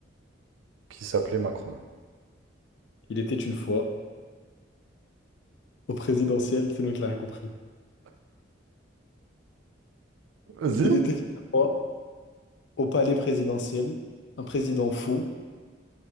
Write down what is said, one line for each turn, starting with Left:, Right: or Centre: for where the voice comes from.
Right: Qui s'appelait Macron.
Left: Il était une fois au présidentiel, c'est nous qui l'a rien compris.
Right: Vas-y.
Left: Il était une fois au palais présidentiel, un président fou.